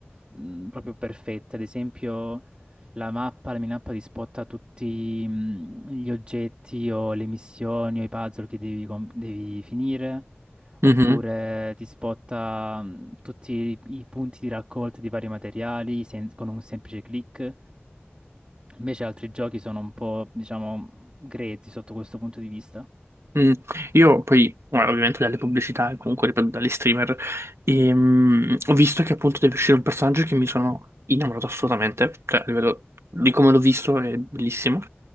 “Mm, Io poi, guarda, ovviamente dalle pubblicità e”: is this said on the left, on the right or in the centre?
Right